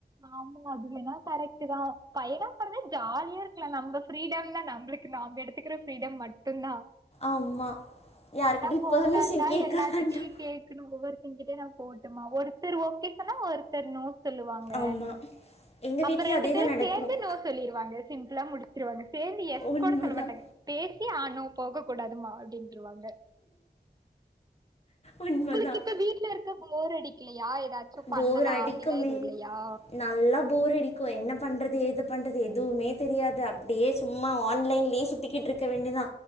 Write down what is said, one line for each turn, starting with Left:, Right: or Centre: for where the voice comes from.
Right: ஆமாங்க அதுவேனா கரெக்ட்டு தா பையனா பொறந்தா ஜாலியா இருக்லா நம்ப ஃப்ரீடம் தா நம்ப்ளுக்கு நாம்ப எடுத்துக்குற ஃப்ரீடம் மட்டு தா
Left: ஆமா யார்கிட்டயும்
Right: ஆனா பொண்ணா
Left: பெர்மிஷன்
Right: இருந்தா
Left: கேட்க
Right: எல்லார்க்கிட்டியு
Left: வேண்டாம்
Right: கேக்குணு ஒவ்வொருத் தங்கிட்டயு நா போட்டுமா ஒருத்தர் ஒகே சொன்னா ஒருத்தரு நோ சொல் வாங்க
Left: ஆமா எங்க
Right: அப்ற
Left: வீட்லயும்
Right: ரெண்டு
Left: அதே
Right: பேரு
Left: தான் நடக்கும்
Right: சேந்து நோ சொல்லிருவாங்க சிம் பிள்ளா முடிச்ருவாங்க சேந்து எஸ்
Left: உண்மைதான்
Right: கூட சொல்ல மாட்டாங்க பேசி ஆனு போக கூடாதுமா அப்டின்றுவாங்க
Left: உண்மைதான்
Right: ஒங்களுக்கு இப்ப வீட்ல இருக்க போர் அடிக்கிலயா ஏதாச்சு பண்ணலா
Left: போர் அடிக்குமே
Right: அப்டில்லா எது இல்லையா
Left: நல்லா போர் அடிக்கு என்ன பண்றது ஏது பண்றது எதுவுமே தெரியாது அப்டியே சும்மா ஆன்லைன்லேயே சுத் திக்கிட் இருக்க வேண்டியதா